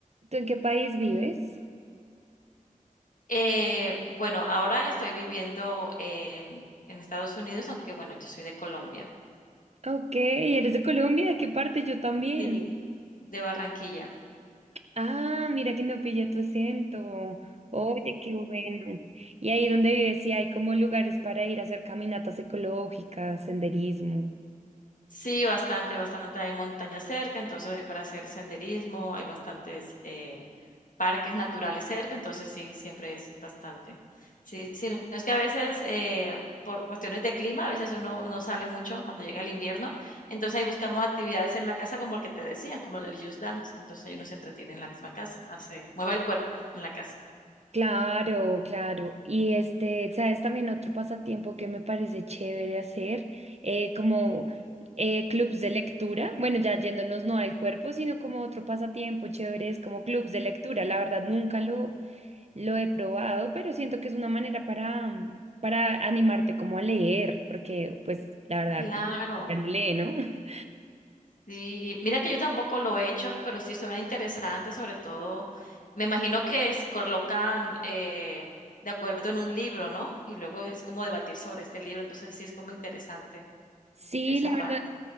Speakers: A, on the right; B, on the left.
A: ¿Tú en qué país vives?
B: Eh, bueno, ahora estoy viviendo en en Estados Unidos, aunque bueno, yo soy de Colombia.
A: Ok, ¿eres de Colombia? ¿De qué parte? Yo también.
B: Sí, de Barranquilla.
A: Ah, mira que no pillé tu acento. Oye, qué bueno. Y ahí donde vives, sí hay como lugares para ir a hacer caminatas ecológicas, senderismo.
B: Sí, bastante, bastante. Hay montañas cerca, entonces hay para hacer senderismo, hay bastantes eh, parques naturales cerca, entonces sí, siempre es bastante. Sí, sí, no es que a veces eh, por cuestiones de clima, a veces uno no sale mucho cuando llega el invierno, entonces ahí buscamos actividades en la casa como el que te decía, como el del Just Dance, entonces ahí uno se entretiene en la misma casa, hace, mueve el cuerpo en la casa.
A: Claro, claro. Y este, sabes, también otro pasatiempo que me parece chévere hacer, eh, como eh, clubs de lectura. Bueno, ya yéndonos no al cuerpo, sino como otro pasatiempo chévere es como clubs de lectura. La verdad, nunca lo, lo he probado, pero siento que es una manera para, mm, para animarte como a leer, porque pues la verdad,
B: Claro.
A: ya no lee, ¿no? <laughs>
B: Sí, mira que yo tampoco lo he hecho, pero sí suena interesante, sobre todo, me imagino que se colocan eh, de acuerdo en un libro, ¿no? Y luego es como debatir sobre este libro, entonces sí es como interesante
A: Sí,
B: esa
A: la
B: parte.
A: verdad.